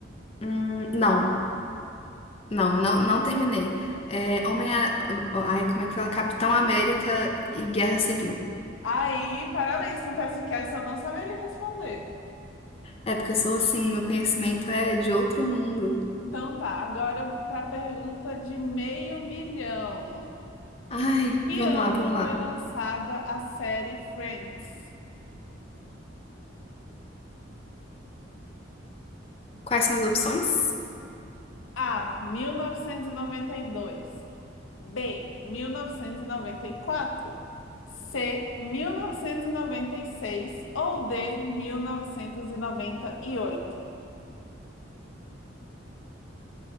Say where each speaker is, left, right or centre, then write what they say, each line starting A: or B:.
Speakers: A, on the left; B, on the left.
A: hum, não, não, não, não terminei. É, Homem. A... Ai, como é que fala? Capitão América e Guerra Civil.
B: Aí, parabéns, confesso que essa eu não saberia responder.
A: É porque eu sou assim, meu conhecimento é de outro mundo.
B: Então tá, agora para a pergunta de meio milhão.
A: Ai,
B: Que
A: vamos
B: ano
A: lá, vamos lá.
B: foi lançada a série Friends?
A: Quais são as opções?
B: A. 1992. B. 1994. C. 1996. Ou D. 1998.